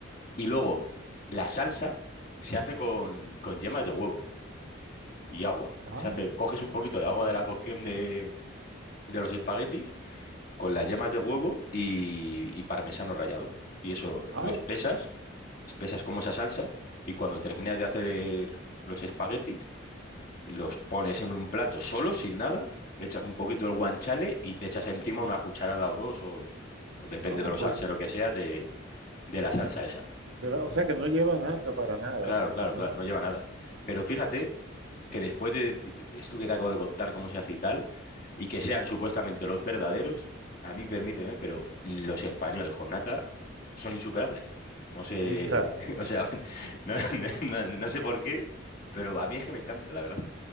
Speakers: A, on the left; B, on the right.
A: Y luego, la salsa se hace con, con yemas de huevo y agua.
B: Ah,
A: Se hace, coges un poquito de agua de la cocción de, de los espaguetis con las yemas de huevo y, y parmesano rallado. Y eso
B: ay.
A: lo espesas, espesas como esa salsa, y cuando terminas de hacer los espaguetis, los pones en un plato solo, sin nada, echas un poquito del guanciale y te echas encima una cucharada o dos, o, o depende
B: Ah,
A: de lo
B: pues.
A: salsero que seas, de, de la salsa esa.
B: de la- o sea que no lleva nata para nada.
A: Claro, claro,
B: Ah,
A: claro, no lleva nada. Pero fíjate que después de esto que te acabo de contar, cómo se hace y tal, y que sean supuestamente los verdaderos, a mí permíteme, pero los españoles con nata son insuperables. No sé,
B: <laughs> claro.
A: <laughs> o sea, <laughs> no, no- no- no sé por qué, pero a mí es que me encanta, la verdad.